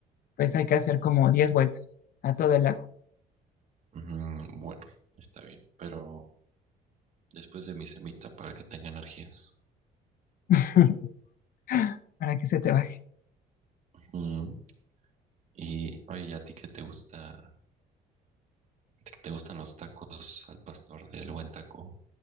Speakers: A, on the left (about 60°); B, on the right (about 45°).
A: pues hay que hacer como 10 vueltas a todo el lago
B: Mm, Bueno, está bien, pero después de mi semita para que tenga energías.
A: <laughs> para que se te baje
B: Mm, Y oye, ¿y ¿a ti qué te gusta ¿Te te gustan los tacos al pastor del buen taco?